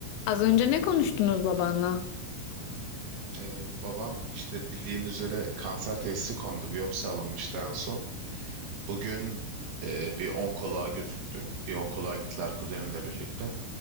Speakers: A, on the left; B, on the right.
A: Az önce ne konuştunuz babanla?
B: Ee, babam işte bildiğin üzere kanser teşhisi kondu. Biyopsi alınmıştı en son. Bugün e, bir onkoloğa gözüktü. Bir onkoloğa gittiler kuzenimle birlikte.